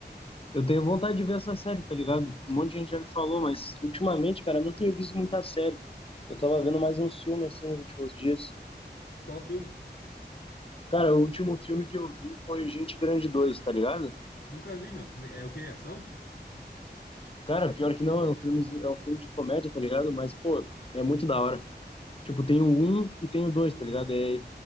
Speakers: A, on the left (about 30°); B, on the left (about 70°).
A: eu tenho vontade de ver essa série, tá ligado? Um monte de gente já me falou, mas ultimamente, cara, eu não tenho visto muita série. Eu tava vendo mais um filme, assim, nos últimos dias.
B: Qual filme?
A: Cara, o último filme que eu vi foi Gente Grande dois tá ligado?
B: Nunca vi, meu. Como É, é o que Ação?
A: Cara, pior que não, é um filme é um filme de comédia, tá ligado? Mas, pô, é muito da hora. Tipo, tem o 1 e tem o 2, tá ligado? É,